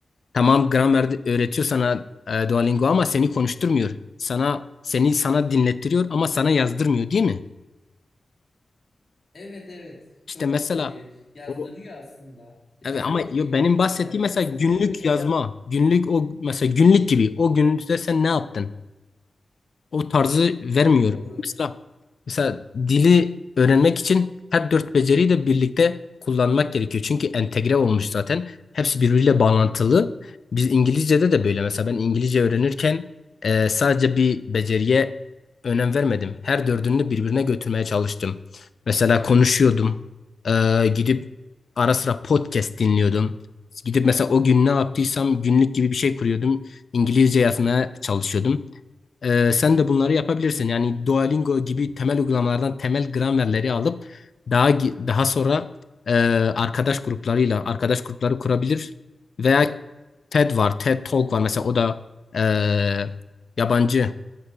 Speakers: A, on the left; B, on the left.
A: tamam gramer de- öğretiyor sana eee, Duolingo ama seni konuşturmuyor. Sana seni sana dinlettiriyor ama sana yazdırmıyor değil mi?
B: Evet evet
A: İşte
B: çok
A: mesela
B: e, yazdırıyor
A: o
B: aslında. Mesela
A: Evet ama
B: diyor ki
A: yo- benim bahsettiğim
B: e, bir
A: mesela
B: soru soruyor
A: günlük
B: ya
A: yazma. Günlük o mesela günlük gibi. O günlükte sen ne yaptın? o tarzı vermiyor.
B: doğru.
A: Mesela, mesela dili öğrenmek için her dört beceriyi de birlikte kullanmak gerekiyor. Çünkü entegre olmuş zaten. Hepsi birbiriyle bağlantılı. Biz İngilizce'de de böyle. Mesela ben İngilizce öğrenirken e, sadece bir beceriye önem vermedim. Her dördünü birbirine götürmeye çalıştım. Mesela konuşuyordum. E, gidip ara sıra podcast dinliyordum. Gidip mesela o gün ne yaptıysam günlük gibi bir şey kuruyordum. İngilizce yazmaya çalışıyordum. Ee, sen de bunları yapabilirsin. Yani Duolingo gibi temel uygulamalardan temel gramerleri alıp daha gi- daha sonra e, arkadaş gruplarıyla arkadaş grupları kurabilir. Veya TED var, TED Talk var. Mesela o da e, yabancı